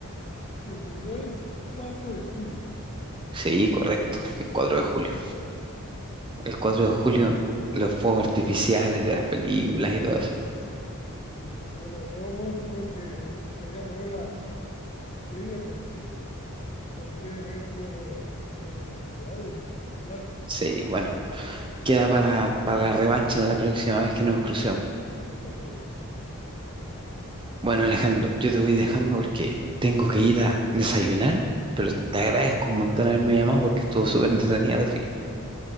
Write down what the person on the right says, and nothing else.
Sí, correcto, el 4 de julio. El cuatro
de julio, los fuegos artificiales de las películas y todo eso.
Sí, bueno, queda para, para la revancha en la próxima vez que nos crucemos.
Bueno, Alejandro, yo te voy dejando porque tengo que ir a desayunar, pero te agradezco un montón haberme llamado porque estuvo súper entretenida la trivia.